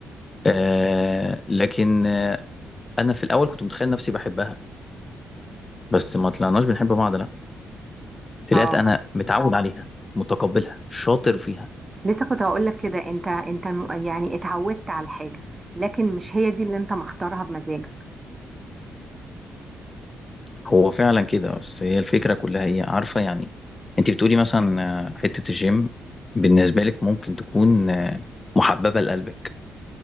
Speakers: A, on the left; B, on the right.
A: آه لكن آه، انا في الاول كنت متخيل نفسي بحبها بس ما طلعناش بنحب بعض طلعت
B: اه
A: انا متعود عليها متقبلها شاطر فيها
B: لسه كنت هقول لك كده انت انت م- يعني اتعودت على الحاجه لكن مش هي دي اللي انت مختارها بمزاجك
A: هو فعلا كده بس هي الفكره كلها ايه عارفه يعني انت بتقولي مثلا آه، حته الجيم بالنسبه لك ممكن تكون آه، محببه لقلبك